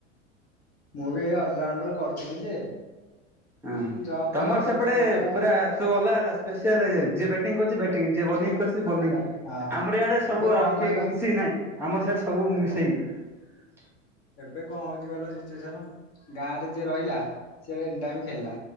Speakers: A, on the left; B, in the centre.
A: ମୁଁ ବି ଏଇ ଅଲରାଉଣ୍ଡରେ କରୁଥିଲି ଯେ
B: ହଁ
A: ଜବ୍
B: ତମର
A: କଲା ପରେ
B: ସେପଟେ
A: କଣ କହିଲ
B: ପୁରା ସବୁ ଅଲଗା ଅଲଗା ସ୍ପେସିଆଲ ହେଇଯାଇ ଯିଏ ବାଟିଂ କରୁଛି ଟିଂ ଯେ ବୋଲିଂ କରିଛି ସେ ବୋଲିଂ
A: ବ୍ୟାଟ- ହଁ
B: ଆମର ଆଡେ ସବୁ
A: ଏବେ
B: ଆଉ
A: କଣ
B: କିଏ
A: କହିଲ
B: କିଛି ନାଇଁ ଆମର ସିଆଡେ ସବୁ
A: ଦେଖ
B: ମିଶେଇକି।
A: ଏବେ କଣ ହଉଛି କହିଲ? ସିଚୁଏସନ ଗାଁ ରେ ଯିଏ ରହିଲା ସେ ଆଗ ଏନିଟାଇମ ଖେଳିଲା।